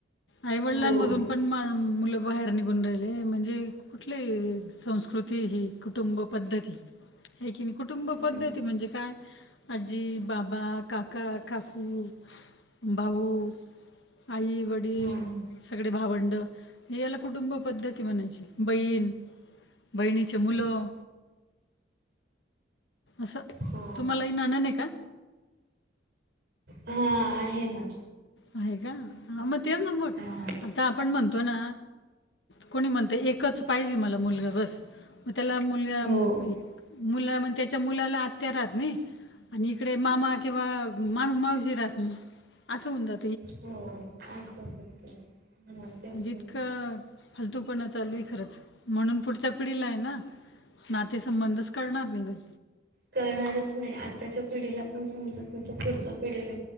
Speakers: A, on the left; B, on the right.
A: आईवडलांमधून
B: हो हो
A: पण मा मूल बाहेर निघून राहिले म्हणजे कुठले संस्कृती ही कुटुंब पद्धती हे की नई, कुटुंब
B: ना
A: पद्धती
B: हो
A: म्हणजे काय आजी, बाबा काका, काकू, भाऊ आई वडील
B: ना हो.
A: सगळे भावंड येला कुटुंब पद्धती म्हणायची. बहीण, बहिणीचे मुलं
B: ना
A: असं,
B: हो
A: तुम्हालाही ननन ये का?
B: हा आहे ना
A: आहे का? हा मग तेच ना मग
B: हा
A: आता आपण म्हणतो ना कोणी म्हणत एकच पाहिजे मला मुलगा बस, मग त्याला मुलगा
B: हो.
A: <unintelligible> मुला म्हण त्याच्या मुलाला आत्या राहत नई. आणि इकडे मामा किंवा मान मावशी राहत नई असं होऊन जात
B: हो असं होतय ह
A: म्हणजे
B: तेच
A: इतकं
B: <unintelligible>
A: फालतूपणा चालू ये खरंच म्हणून पुढच्या पिढीलाय ना नाते संंबंधच कळणार नाही भई
B: कळणारच नई, आत्ताच्या पिढीला पण समजत <unintelligible> त पुढच्या पिढीला